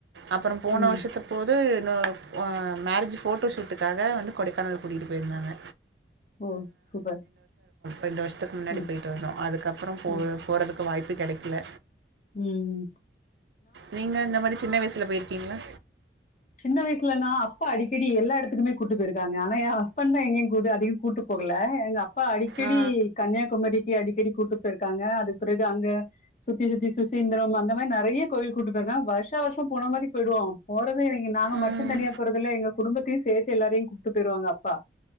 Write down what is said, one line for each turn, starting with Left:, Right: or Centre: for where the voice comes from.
Right: அப்புறம் போன
Left: ம்.
Right: வருஷத்த போது இன்ன மேரேஜ் ஃபோட்டோ ஷூட்டுக்காக வந்து கொடைக்கானல் கூட்டிகிட்டு போயிருந்தாங்க
Left: ஓ சூப்பர்
Right: ரெண்டு வருஷத்துக்குமுன்னாடி
Left: ம்,
Right: போயிட்டு வந்தோம் அதுக்கப்புறம்
Left: ம்,
Right: போகிறதுக்கு வாய்ப்பு கிடைக்கல
Left: உம்
Right: நீங்க இந்த மாதிரி சின்ன வயசுல போயிருக்கீங்களா
Left: சின்ன வயசுலனா அப்பா அடிக்கடி எல்லா எடத்துக்குமே கூட்டு போயிருக்காங்க ஆனா என் ஹஸ்பண்ட் தான் எங்கிய கூது அதிக கூட்டு போகல எங்க அப் பா அடிக்கடி
Right: ஆ.
Left: கன்னியாகுமரிக்கு அடி அடிக்கடி கூட்டு போய் இருக்காங்க அதுக் பிறகு அங்க சுத்தி சுத்தி சுசீந்திரம் அந்த மாரி நறையா கோயில் கூட்டு போய் இருக்காங்க வருஷம் வருஷம் போன மாரி போய்டுவோம் போறது பே எறங்கி நாங்க
Right: ம்.
Left: மட்டும் தனியா போறதுல எங்க குடும்பத்தையும் சேத்து எல்லாரையும் கூப்ட்டு போய்ருவாங்க அப்பா